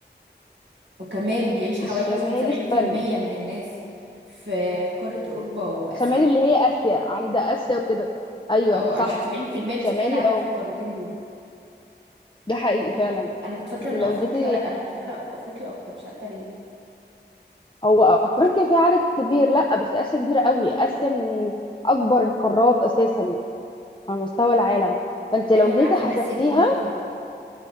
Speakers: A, on the right; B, on the left.
A: وكمان بيعيش حوالي
B: الشمال
A: مثلا سبعين
B: استنى
A: في المية من الناس في قارة أوروبا وآسيا
B: شمال اللي هي اسيا عند اسيا وكده ايوه
A: اه
B: صح
A: عشان سبعين في المية من
B: شمالي
A: سكان العالم
B: اه
A: في القارتين دول
B: ده حقيقي فعلا
A: أيوة. أنا كنت فاكرة
B: انت
A: إن
B: لو
A: أفريقيا
B: جيتي
A: لأ أنا كنت فاكرة في أفريقيا أكتر مش عارفة ليه
B: هو افريقيا فيها عدد كبير لا بس اسيا كبيره قوي اسيا من اكبر القارات اساسا على مستوى العالم فانت لو
A: أيوة أنا
B: جيتي
A: عارفة
B: حسبتيها
A: إن آسيا كبيرة فاهم